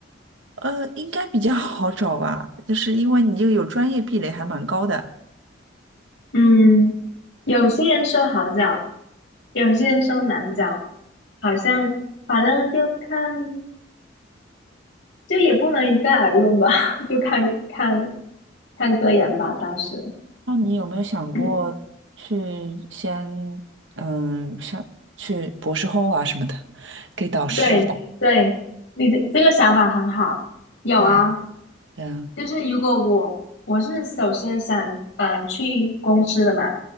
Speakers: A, on the right; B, on the left.
A: 呃，应该比较好找吧，就是因为你这个有专业壁垒还蛮高的。
B: 嗯，有些人说好找，有些人说难找，好像反正就看。就也不能一概而论吧，<laughs> 就看看看个人吧。当时，
A: 那你有没有想过去
B: <laughs>
A: 先嗯上去博士后啊什么的，给导师打？
B: 对对，你这这个想法很好。有啊，
A: 对啊，对啊，
B: 就是如果我我是首先想呃去公司的嘛，